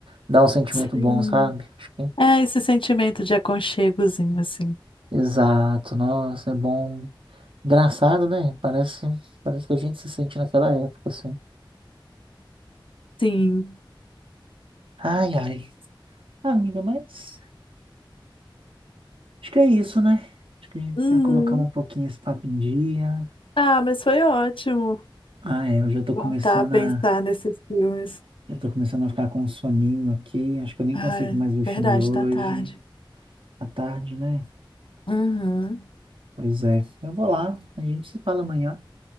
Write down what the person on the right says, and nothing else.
dá um sentimento
bom, sabe? Acho que...
Exato, nossa, é bom. Engraçado, né? Parece, parece que a gente se sente naquela época, assim.
Ai, ai. Ah, Amiga, mas acho que é isso, né? Acho que
já colocamos um pouquinho esse papo em dia.
Ah, é, eu já tô
começando
a
Eu tô começando a ficar com um soninho aqui. Acho que eu nem
consigo mais ver filme
hoje.
À tarde, né?
Pois é. Eu vou lá. A gente se fala amanhã.